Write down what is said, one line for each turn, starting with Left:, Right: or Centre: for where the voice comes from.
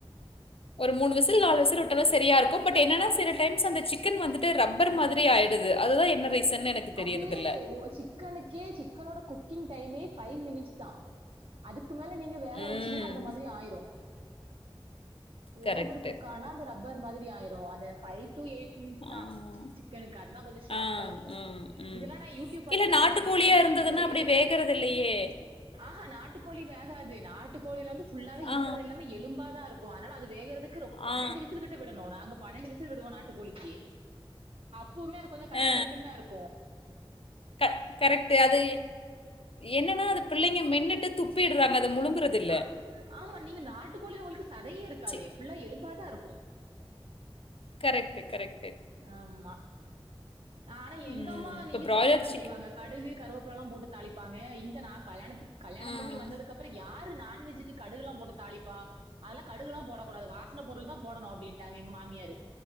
Left: ஒரு விசில்,
Right: ஆ
Left: விசில் விட்டாலும் சரியா இருக்கும் பட் என்னன்னா சில டைம்ஸ் அந்த சிக் கன் வந்துட்டு ரப்பர் மாதிரி ஆயிடுது அதுதான் என்ன ரீசன்னு எனக்கு தெரியறதில்ல.
Right: அது ஓ சிக்கனுக்கே சிக்கனோட குக்கிங் டைமே ஃபைவ் மினிட்ஸ் தான் அதுக் க்கு மேல நீங்க வேக
Left: ம்.
Right: வச்சீங்கன்னா அந்த மாதிரி ஆயிரும்
Left: கரெக்ட்டு.
Right: ஓவர் குக்கானா அந்த ரப்பர் மாதிரி ஆயிரும் அந்த ஃபைவ் டூ எயிட் மினிட்ஸ்
Left: ஆ.
Right: தான் சிக்கனுக்கு அது தான் கொஞ்சம் சாப்டா
Left: ஆ,
Right: இருக்கும்
Left: ம், ம்.
Right: இதெல்லாம் நான் யூ டியூப் பார்த்து
Left: இல்ல
Right: தான் கத்துக்கிட்டேன்
Left: நாட்டுக்கோழியா
Right: எனக்குமே
Left: இருந்ததுன்னா
Right: சமைக்க தெரியாது
Left: அப்படி வேகறது இல்லையே.
Right: ஆ நாட்டுக்கோழி வேகாது நாட் நாட்டு கோழில வந்து ஃபுல்லாவே இருக்கிறது
Left: ஆ,
Right: எல்லாமே எலும்பா தான் இருக் கும் அதனால அது வேகற துக்கு பன்னெண்டு
Left: ஆ,
Right: விசில் கிட்ட விடணும் நாங்க பன்னெண்டு விசில் விடுவோம் நாட்டு கோழிக்கு அப் புவுமே அது கொஞ்சம் கடுக்கடுக்குன்
Left: ஆ.
Right: தா இருக்
Left: க கரெக்ட்டு அது என்னன்னா அது பிள்ளைங்க மென்னு டு துப்பிடுறாங்க அது முழுங்குறது இல்ல.
Right: ஆ ஆமா நீங்க நாட்டு கோழில உங்களுக்கு சதையே இருக்காது
Left: சி
Right: ஃபுல்லா எலும்பாதா இருக்கும்
Left: கரெட்டு கரெட்
Right: ஆமா ஆனா எங்கம்மா
Left: ம். இப்ப
Right: நீங்க
Left: பிராய்லர்
Right: செய்ற மாரி தா
Left: சிக்
Right: செய்வாங்க கடுகு கருவேப் பிலலாம் போட்டு தாளிப்பாங்க இங்க நா கல்யாணத்துக்கு கல்யாணம்
Left: ம்.
Right: பண்ணி வந்ததுக்கப்புறம் யாரு நான்வெஜுக்கு கடுகுலா போட்டு தாளிப்பா அதல்லா கடுகுலா போடக்கூடாது வாசன பொருள் தான் போடனும் அப் டின்ட்டாங்க எங்க மாமியாரு